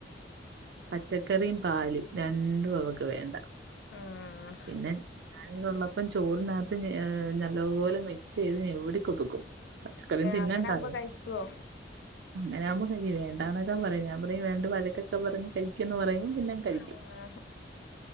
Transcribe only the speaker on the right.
പച്ചക്കറിയും പാലും രണ്ടും അവൾക്ക് വേണ്ട
പിന്നെ ഞാനിവിടെള്ളപ്പം ചോറിനകത്ത് നല്ലപോലെ മിക്സ് ചെയ്ത് നവിടിക്കൊടുക്കും പച്ചക്കറിം തിന്നെണ്ടായോ
അങ്ങനൊവുമ്പോ കഴിക്കും വേണ്ടാന്നൊക്കെ പറയും ഞാൻ പറയും രണ്ട് വഴക്കൊക്കെ പറഞ് കഴി കഴിക്കെന്ന് പറയുമ്പോ പിന്നെ കഴിക്കും